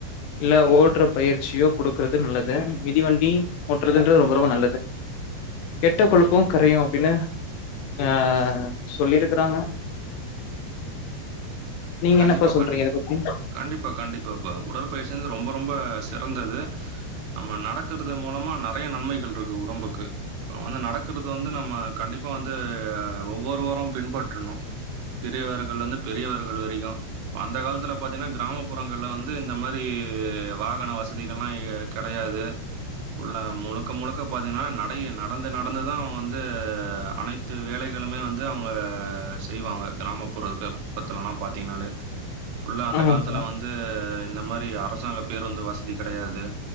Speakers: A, on the left (about 80°); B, on the right (about 75°).
A: இல்ல ஓடுற பயிற்சியோ குடுக்குறது நல்லது மிதிவண்டி ஓட்டுறதுன்றது ரொம்ப ரொம்ப நல்லது கெட்ட கொழுப்பும் கரையு அப்படின்னு ஆஹ் சொல்லிருக்கறாங்க நீங்க
B: கண்டிப்பா
A: என்னப்பா சொல்றீங்க
B: கண்டிப்பா
A: இத பத்தி
B: கண்டிப்பா கண்டிப்பாப்ப உடற்பயிற்சிந்து ரொம்ப ரொம்ப சி சிறந்தது நம்ம நடக்கறது மூலமா நெறைய நன்மைகள் இருக்கு உடம்புக்கு இப்ப வந்து நடக்கறது வந்து நம்ம கண்டிப்பா வந்து ஒவ்வொருவரு பின்பற்றணு சிறியவர்கள் இருந்து பெரியவர்கள் வரை அந்த காலத்துல பாத்தீன்னா கிராமப்பு புறங்கள்ல வந்து இந்த மாரி வாகன வசதிகள்லா கடையாது ஃபுல்லா முழுக்க முழுக்க பாத்தீங்கன்னா நடைய நடந் பா து நடந்து தா அவுங்க வந்து அனைத்து வேலைகளுமே வந்து அவங்க செய்வாங்க கிராமப்புற றத்தலலாம் பாத்தீங்கன்னாளே ஃபுல்லா அந்த
A: ஆமாங்கப்பா
B: காலத்துல வந்து இந்த மாரி அரசாங்க பேருந்து வசதி கெடையாது